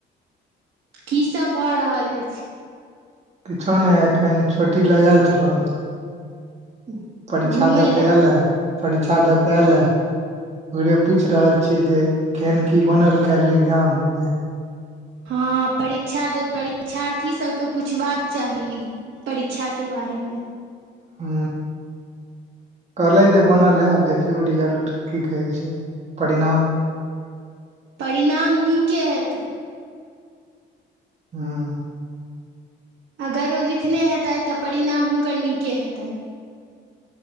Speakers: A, on the right; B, on the right.
A: की सब भऽ रहल अईछ
B: किछो नए एखन छोटी लगएयल छलहु परीक्षा
A: घूमय
B: दऽ
A: लए
B: क एयलए परीक्षा दऽ क एयलए ओरे पूइछ रहल छियै जे केहन की बनल काईल एग्जाम मे
A: हँ परीक्षा दे परीक्षार्थी सबके पुछबाक चाही परीक्षा के बारे मे
B: हू कहलएथ जे बनलए आब देखियौ रिजल्ट की कहै छै परिणाम
A: परिणाम नीके हेते
B: हँ
A: अगर ओ लिखने हेतइथ तऽ, परिणाम हुनकर नीके हेतइन